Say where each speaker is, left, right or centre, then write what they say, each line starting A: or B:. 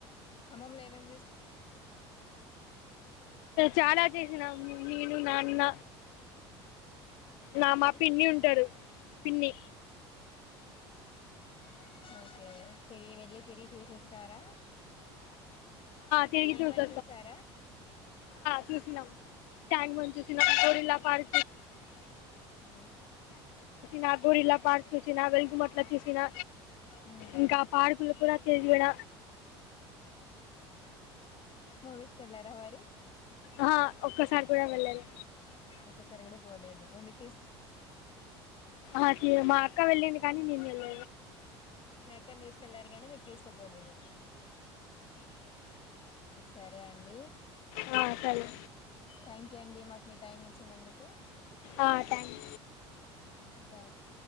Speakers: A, on the left; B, on the left.
A: కమ్మం లో ఏమేం
B: చాలా చేసినా నను నాన్న
A: అ
B: నా
A: మీరు
B: మా పిన్ని ఉంటారు పిన్ని
A: ఓకే వెళ్ళి తిరిగి చూసి వస్తారా
B: తరికి చూస్త
A: బండ్ చూసారా
B: చూ న్నా ట్యాంగ్ బండ్ చూసినా గొరిల్లా పార్
A: ఊ
B: నాగూరిల్లా పార్క్ చూ సినా వెలుగుమట్ల చూసినా
A: మ్మ్
B: ఇంకా పార్కులు కూడా తిరిగిడ
A: మూవీస్ కెళ్ళారా మరి
B: ఆ ఒక్కసారి కూడా వెళ్ళలే
A: ఒక్కసారి గూడా పోలేదు ఓన్లీ
B: ఆ కీ మా అక్క వెళ్ళింది కానీ నేను <inaudible>
A: మీ అక్కనిఐ తీసుకెళ్లారు గాని మీకు తీసుకుపోలేదు సరే అండి
B: సరే
A: థ్యాంక్ యూ అండి మాకు మీ టైమ్ ఇచ్చినందుకు
B: ఆ టాంక్
A: మ్మ్ బాయ్